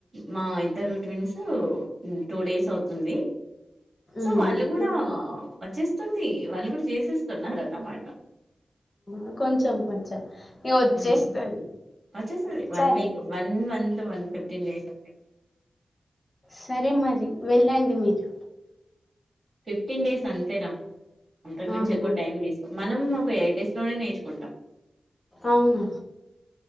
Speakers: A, on the right; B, on the left.
A: మా ఇద్దరు ట్విన్స్ టూ డేస్ అవుతుంది సో
B: మ్మ్
A: వాళ్ళు
B: హ్మ్
A: కూడా వచ్చేస్తుంది వాళ్ళు కూడా చేసేస్తున్నారన్నమాట
B: ఆ కొంచెం కొంచెం ఇగ వచ్చేస్తది
A: ఉమ్ వచేస్తాది వన్
B: సరే
A: week one month one fifteen days అంటే
B: సరే మరి వెళ్ళండి మీరు
A: ఫిఫ్టీన్ డేస్ అంతేరా అంతకు మించి
B: ఆహా
A: ఎక్కువ టైం వేస్ట్ మనం ఒక ఎయిట్ డేస్ లోనే నేర్చుకుంటాం
B: అవునా